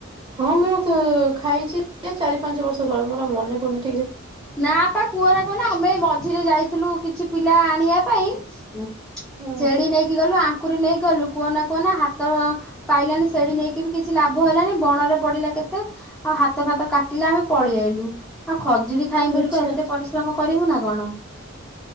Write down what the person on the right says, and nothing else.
ହଁ ମୁଁ ତ ଖାଇଚି ଚାରି ପାଞ୍ଚ ବର୍ଷ ତଳେ ମୋର ଆଉ ମନେ ପୁଡୁନି।
ହଁ
ଆଚ୍ଛା।